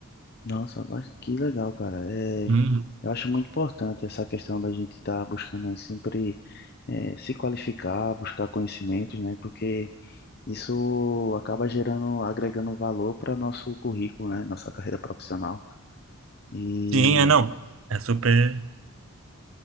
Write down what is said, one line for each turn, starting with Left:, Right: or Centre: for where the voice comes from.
Left: Nossa, mas que legal, cara. É...
Right: Uhum.
Left: Eu acho muito importante essa questão da gente estar buscando aí sempre eh, se qualificar, buscar conhecimentos, né? Porque Isso acaba gerando, agregando valor para nosso currículo, né? Nossa carreira profissional. E
Right: Sim, é não. É super.